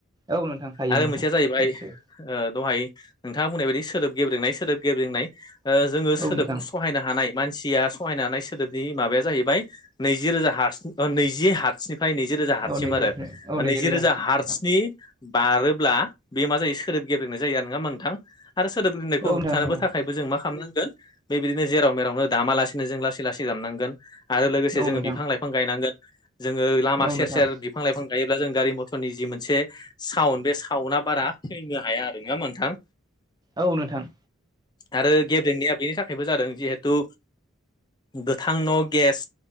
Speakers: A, on the right; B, on the left.
A: औ नोंथां हायो
B: आरो
A: नोंथां
B: मोनसेया जाहैबाय
A: निस्सय
B: ओ दहाय नोंथाङा बुंनाय बायदि सोदोब गेब्रेंनाय सोदोब गेब्रेनाय ओ जोङो
A: औ
B: सोदोब
A: नोंथां
B: सहायनो हानाय मानसिया सहायनो हानाय सोदोबनि माबाया जाहैबाय नैजि रोजा हार्स ओ नैजि हार्सनिफ्राय नैजि रोजा हार्ससिम
A: औ नैजि
B: आरो
A: औ
B: ओ
A: नैजिरोजा
B: नैजि रोजा
A: हारसिं
B: हार्सनि
A: नोंथां
B: बारोब्ला बे मा जायो सोदोब गेब्रेंनाय जायो आरो नङा होमबा नोंथां आरो सोदोब गेब्रेंनायखौ
A: औ
B: होबथानोबो
A: नोंथां नंगौ
B: थाखाय जों मा खालामनांगोन बेबायदिनो जेराव मेरावनो दामा लासेनो जों लासै लासै दामनांगोन। आरो लोगोसे
A: औ
B: जोङो
A: नोंथां
B: बिफां लाइफां गायनांगोन। जोङो लामा
A: औ
B: सेर
A: नोंथां
B: सेर बिफां लाइफां गायोब्ला जों गारि मथरनि जि मोनसे साउन्ड बे साउन्डा बारा फैनो हाया आरो नङा होमबा नोंथां?
A: औ नोंथां।
B: आरो गेब्रेंनाया बेनि थाखायबो जादों जिहेथु गोथां न' गेस